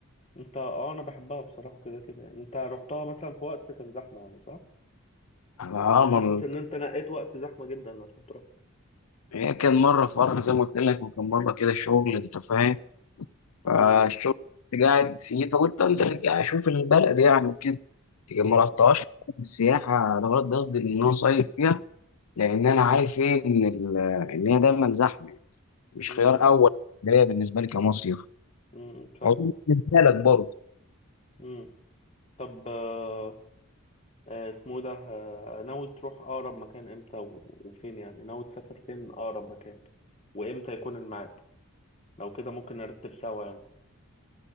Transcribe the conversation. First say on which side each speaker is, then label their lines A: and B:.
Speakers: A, on the left; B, on the left.
A: أنت أه أنا بحبها بصراحة كده كده يعني أنت رحتها مثلا في وقت كان زحمة يعني صح؟
B: أنا آه،
A: أنا حاسس
B: مرة-
A: إن أنت نقيت وقت زحمة جدا عشان تروح
B: هي كان مرة فرح زي ما قلت لك وكان مرة كده شغل أنت فاهم فالشغل
A: مم.
B: كنت قاعد فيه فقلت انزل كده اشوف البلد يعني وكده لكن
A: مم.
B: ما رحتهاش السياحه انا غلط قصدي ان انا صيف فيها لان انا عارف ايه ان ال- ان هي دايما زحمه مش
A: مم.
B: خيار اول ليا بالنسبه لي كمصيف
A: مم. فاهم
B: أظن بالنسبه لك برضه
A: مم. طب آه، آه، اسمه ده آه، ناوي تروح أقرب مكان إمتى و- وفين يعني ناوي تسافر فين أقرب مكان وإمتى يكون الميعاد لو كده ممكن نرتب سوا يعني